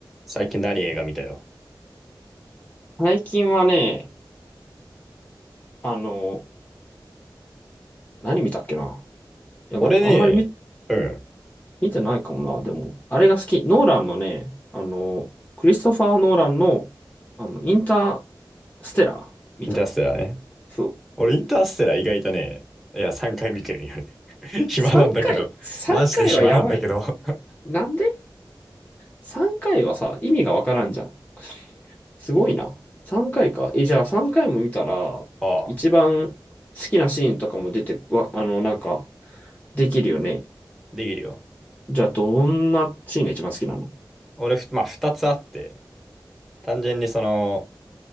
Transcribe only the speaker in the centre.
最近何映画見たよ。
俺ね、
うん、
インターステラーね。
俺インターステラー意外とね、いや、3回見てるんよね。<laughs> 暇なんだけど。
マジで暇なんだけど。<laughs>
ああ、
できるよ。
俺、ふまあ、2つあって、単純にその、